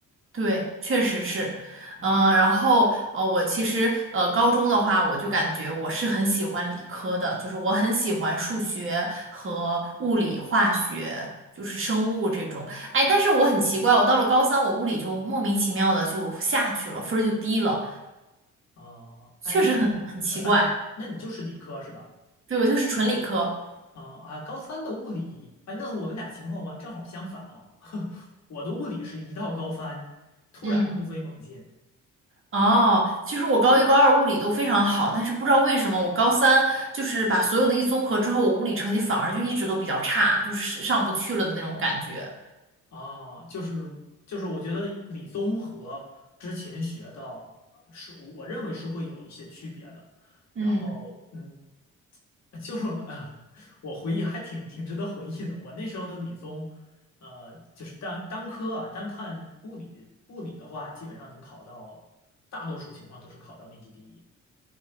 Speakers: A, on the right (about 45°); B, on the left (about 60°).
A: 对，确实是，
B: 嗯，
A: 嗯、然后呃，我其实呃，高中的话，我就感觉我是很喜欢理科的，就是我很喜欢数学和物理、化学，就是生物这种。哎，但是我很奇怪，我到了高三，我物理就莫名其妙的就下去了，分儿就低了，
B: 哦，
A: 确实很很奇怪。
B: 哎，那呃反那你就是理科是吧？
A: 对，我就是纯理科，
B: 啊啊，高三的物理，哎，那我们俩情况完正好相反啊。<laughs> 我的物理是一到高三突然突飞猛进
A: 嗯。哦，其实我高一、高二物理都非常好，但是不知道为什么我高三就是把所有的一综合之后，我物理成绩反而就一直都比较差，就是上不去了的那种感觉。
B: 啊，就是就是，我觉得理综和之前学的呃是我认为是会有一些区别的。
A: 嗯，
B: 然后，嗯，<laughs> 就是啊，<laughs> 我回忆还挺挺值得回忆的。我那时候的理综，呃，就是单单科啊，单看物理物理的话，基本上能考到，大多数情况都是考到年级第一